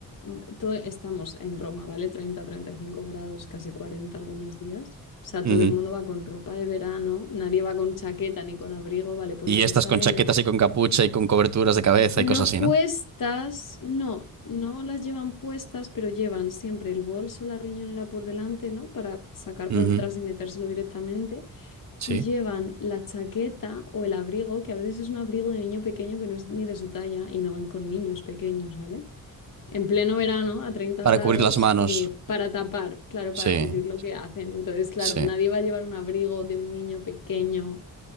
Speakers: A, on the left; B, on the right.
A: mm, todo- estamos en Roma, ¿vale? treinta treinta y cinco grados, casi 40 algunos días. O sea,
B: Ujú.
A: todo el mundo va con ropa de verano, nadie va con chaqueta ni con abrigo, ¿vale? Pues
B: Y
A: las
B: estas
A: ves a
B: con
A: ellas.
B: chaquetas y con capucha y con coberturas de cabeza
A: No
B: y cosas así,
A: puestas,
B: ¿no?
A: no, no las llevan puestas, pero llevan siempre el bolso, la riñonera por delante, ¿no? Para sacar
B: Ujú,
A: por detrás y metérselo directamente
B: Sí.
A: y llevan la chaqueta o el abrigo, que a veces es un abrigo de niño pequeño que no es ni de su talla y no van con niños pequeños, ¿vale? En pleno verano, a 30
B: Para
A: grados,
B: cubrir las manos.
A: eh, para tapar, claro,
B: Sí,
A: para cubrir lo que hacen. Entonces, claro,
B: sí.
A: nadie va a llevar un abrigo de un niño pequeño